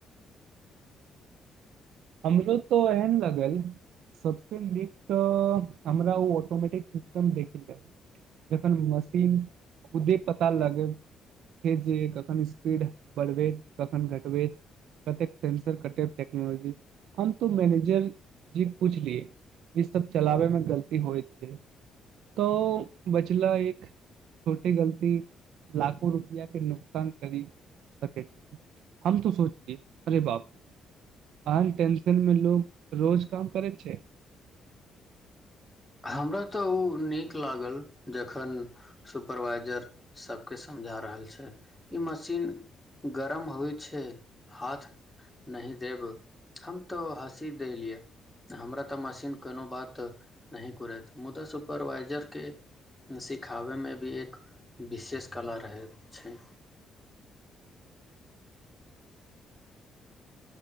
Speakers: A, on the right; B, in the centre.
A: हमरो तऽ एहन लगल सबस नीक तऽ हमरा ओ ऑटोमेटिक सिस्टम देख जखन मशीन खुदे पता लगे छै जे कखन स्पीड बढ़बैत कखन घटबैत कतेक सेंसर कटेब टेक्नोलॉजी हम तो मैनेजर जीक पुछलियै ईसभ चलाबैमे गलती होइत छै तऽ बचला एक छोटी गलती लाखो रुपआके नुकसान करि सकै छै हम तो सोचलियै अरे बाप रे आन टेंशन मे लोग रोज काम करैत छै
B: हमरा तऽ ओ नीक लागल जखन सुपरवाइजर सबके समझा रहल छै ई मशीन गरम होइत। छैे हाथ नहिह देब हम तऽ हँसी देलियै हमरा तऽ मशीन कोनो बात नही कुरत मुदा सुपरवाइजरके सिखाबयमे भी एक विशेष कला रहै छै।